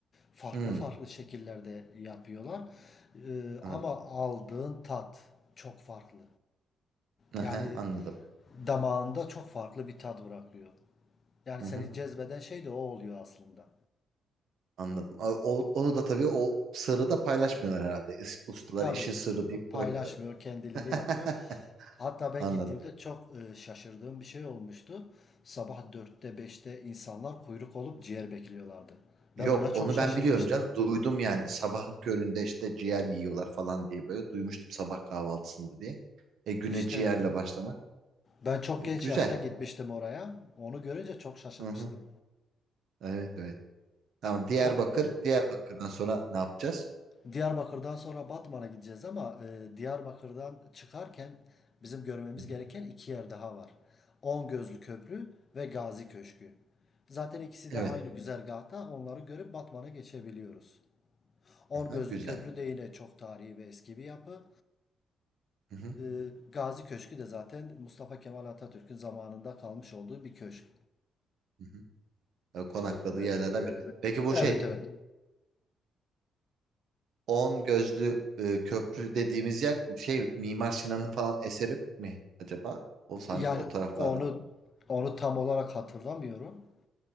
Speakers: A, on the left; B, on the right.
A: Farklı
B: Hmm,
A: farklı şekillerde yapıyorlar. Eee,
B: anladım.
A: ama aldığın tat çok farklı.
B: Aha,
A: Yani
B: anladım.
A: damağında çok farklı bir tat bırakıyor. Yani
B: Hı
A: seni
B: hı,
A: cezbeden şey de o oluyor aslında.
B: anladım. O, o- onu da tabii o sırrı da paylaşmıyorlar herhalde. İs- Ustalar
A: Tabii
B: işin sırrı deyip
A: paylaşmıyor,
B: bırakıyorlar.
A: kendileri
B: <laughs>
A: yapıyor. Hatta ben
B: Anladım.
A: gittiğimde çok e, şaşırdığım bir şey olmuştu. Sabah dörtte beşte insanlar kuyruk olup ciğer bekliyorlardı. Ben
B: Yok
A: buna
B: onu
A: çok şaşırmıştım.
B: ben biliyorum canım. Duydum yani sabahın köründe işte ciğer yiyorlar falan diye böyle duymuştum sabah kahvaltısında diye. E güne
A: İşte
B: ciğerle başlamak.
A: ben çok
B: E,
A: genç
B: güzel.
A: yaşta gitmiştim oraya. Onu görünce çok şaşırmıştım.
B: Hı hı. Evet evet. Tamam Diyarbakır.
A: O
B: Diyarbakır'dan sonra ne yapacağız?
A: Diyarbakır'dan sonra Batman'a gideceğiz ama e, Diyarbakır'dan çıkarken bizim görmemiz
B: Hı-hı.
A: gereken iki yer daha var. On Gözlü Köprü ve Gazi Köşkü. Zaten ikisi
B: Evet.
A: de aynı güzergahta onları görüp Batman'a geçebiliyoruz. On
B: hı
A: Gözlü
B: güzel.
A: Köprü de yine çok tarihi ve eski bir yapı.
B: Hı-hı.
A: E, Gazi Köşkü de zaten Mustafa Kemal Atatürk'ün zamanında kalmış olduğu bir köşk.
B: Hı-hı. E, Konakladığı
A: Evet,
B: yerlerden
A: evet.
B: biri. Peki bu
A: Evet
B: şey
A: evet.
B: On Gözlü e, Köprü dediğimiz yer şey Mimar Sinan'ın falan eseri mi acaba? O sanki
A: Yani
B: o taraflarda
A: onu
B: var.
A: onu tam olarak hatırlamıyorum.